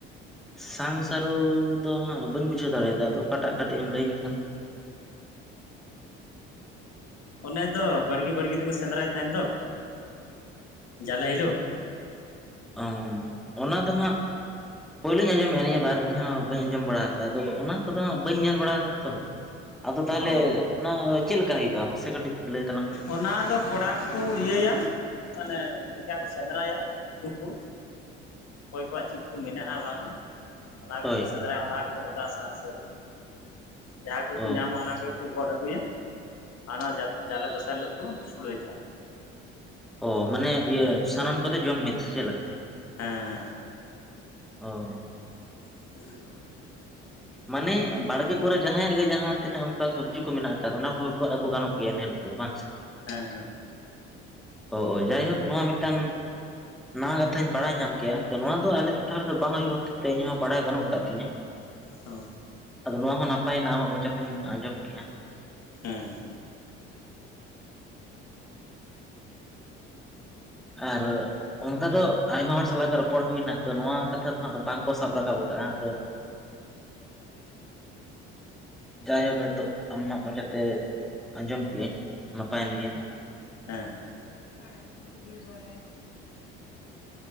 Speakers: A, in the centre; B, on the left (about 60°).
A: ᱥᱟᱝ ᱥᱟᱹᱨᱩ ᱫᱚ ᱦᱟᱸᱜ ᱵᱟᱹᱧ ᱵᱩᱡᱷᱟᱹᱣ ᱫᱟᱲᱮᱭᱟᱫᱟ ᱟᱫᱚ ᱚᱠᱟᱴᱟᱜ ᱠᱟᱹᱴᱤᱡ ᱮᱢ ᱞᱟᱹᱭᱟᱹᱧ ᱠᱷᱟᱱ
B: ᱚᱱᱮ ᱫᱚ ᱵᱟᱲᱜᱮ ᱵᱟᱲᱜᱮ ᱛᱮᱠᱚ ᱥᱮᱸᱫᱽᱨᱟᱭ ᱛᱟᱦᱮᱱ ᱫᱚ ᱡᱟᱞᱮ ᱦᱤᱞᱳᱜ
A: ᱚ ᱚᱱᱟ ᱫᱚ ᱦᱟᱸᱜ ᱯᱳᱭᱞᱳᱧ ᱟᱸᱡᱚᱢᱮᱫᱼᱟ ᱱᱤᱭᱟᱹ ᱵᱟᱨ ᱤᱧᱦᱚ ᱵᱟᱹᱧ ᱟᱸᱡᱚᱢ ᱵᱟᱲᱟ ᱟᱠᱟᱜᱼᱟ ᱫᱚ ᱚᱱᱟ ᱠᱚᱫᱚ ᱵᱟᱹᱧ ᱧᱮᱞ ᱵᱟᱲᱟ ᱠᱟᱜ ᱼᱟ ᱛᱚ ᱟᱫᱚ ᱛᱟᱦᱞᱮ
B: ᱚ
A: ᱚᱱᱟ ᱪᱮᱫᱞᱮᱠᱟ ᱦᱩᱭᱩᱜᱼᱟ ᱢᱟᱥᱮ ᱠᱟᱹᱴᱤᱡ ᱞᱟᱹᱭ ᱛᱟᱞᱟᱝ ᱢᱮ
B: ᱚᱱᱟ ᱫᱚ ᱠᱚᱲᱟ ᱠᱚ ᱤᱭᱟᱹᱭᱟ ᱢᱟᱱᱮ ᱱᱤᱝᱠᱟ ᱠᱚ ᱥᱮᱸᱫᱽᱨᱟᱭᱟ ᱩᱛᱩ ᱠᱚ ᱚᱠᱚᱭ ᱠᱚᱣᱟᱜ ᱪᱮᱫ ᱠᱚ ᱢᱮᱱᱟᱜᱼᱟ ᱵᱟᱝ ᱚᱱᱟ
A: ᱦᱳᱭ
B: ᱠᱚ ᱥᱮᱸᱫᱽᱨᱟᱭ-ᱟ ᱚᱱᱟ ᱜᱮᱠᱚ ᱢᱮᱛᱟᱜᱼᱟ ᱥᱟᱝ ᱥᱟᱹᱨᱩ ᱡᱟᱦᱟ ᱠᱚᱠᱚ
A: ᱚ
B: ᱧᱟᱢᱟ ᱚᱱᱟ ᱜᱮ ᱠᱚ ᱜᱚᱫ ᱟᱹᱜᱩᱭᱟ ᱟᱨ ᱚᱱᱟ ᱡᱟᱞᱮ ᱫᱚᱥᱟᱨ ᱦᱤᱞᱚᱜ ᱠᱚ ᱥᱩᱲᱟᱹᱭ ᱛᱟᱦᱮᱱᱟ
A: ᱚ ᱢᱟᱱᱮ ᱤᱭᱟᱹ ᱥᱟᱱᱟᱢ ᱠᱚᱛᱮ ᱡᱚᱢ ᱢᱤᱫ ᱥᱮ ᱪᱮᱫ ᱞᱮᱠᱟ?
B: ᱦᱮᱸ ᱾
A: ᱚ ᱾
B: <inaudible>
A: ᱢᱟᱱᱮ ᱵᱟᱲᱜᱮ ᱠᱚᱨᱮ ᱡᱟᱦᱟᱸᱭᱟᱜ ᱜᱮ ᱡᱟᱦᱟᱸ ᱛᱤᱱᱟᱹᱜ ᱚᱱᱠᱟ ᱥᱚᱵᱽᱡᱤ ᱠᱚ ᱢᱮᱱᱟᱜ ᱟᱠᱟᱫᱟ ᱚᱱᱟ ᱠᱚ ᱟᱹᱜᱩ ᱜᱟᱱᱚᱜ ᱜᱮᱭᱟ ᱮᱱ ᱦᱤᱞᱳᱜᱼᱼ ᱫᱚ ᱵᱟᱝ ᱥᱮ?
B: ᱦᱮᱸ ᱦᱮᱸ ᱾
A: ᱚ ᱡᱟᱭ ᱦᱳᱠ ᱱᱚᱣᱟ ᱢᱤᱫᱴᱟᱱ ᱼᱼ ᱱᱟᱣᱟ ᱠᱟᱛᱷᱟᱧ ᱵᱟᱲᱟᱭ ᱧᱟᱢ ᱠᱮᱭᱟ ᱟᱫᱚ ᱱᱚᱣᱟ ᱫᱚ ᱟᱞᱮ ᱴᱚᱴᱷᱟ ᱨᱮᱫᱚ ᱵᱟᱝ ᱦᱩᱭᱩᱜ ᱠᱷᱟᱹᱛᱤᱨ ᱛᱮ ᱤᱧᱦᱚᱸ ᱵᱟᱲᱟᱭ ᱵᱟᱹᱱᱩᱜ ᱟᱠᱟᱫ ᱛᱤᱧᱟᱹ ᱾
B: ᱚ ᱾
A: ᱟᱫᱚ ᱱᱚᱣᱟ ᱦᱚᱸ ᱱᱟᱯᱟᱭ ᱮᱱᱟ ᱟᱢᱟᱜ ᱢᱚᱪᱟᱛᱤᱧ ᱟᱸᱡᱚᱢ ᱠᱮᱫᱼᱟ ᱾
B: ᱦᱮᱸ ᱾
A: ᱟᱨ ᱾ ᱚᱱᱠᱟ ᱫᱚ ᱟᱭᱢᱟ ᱦᱚᱲ ᱥᱟᱞᱟᱜ ᱜᱮ ᱨᱚᱯᱚᱲ ᱦᱩᱭᱮᱱᱟ ᱟᱫᱚ ᱱᱚᱣᱟ ᱠᱟᱛᱷᱟ ᱫᱚ ᱦᱟᱸᱜ ᱵᱟᱝᱠᱚ ᱥᱟᱵ ᱨᱟᱠᱟᱵ ᱟᱠᱟᱫᱟ ᱟᱫᱚᱼᱼ <inaudible> ᱡᱟᱭ ᱦᱳᱠ ᱱᱤᱛᱚᱜ ᱟᱢᱟᱜ ᱢᱟᱭᱟ ᱛᱮ ᱟᱸᱡᱚᱢ ᱠᱮᱜ ᱟᱹᱧ ᱾ ᱱᱟᱯᱟᱭᱮᱱ ᱜᱮᱭᱟ ᱾
B: ᱦᱮᱸ ᱾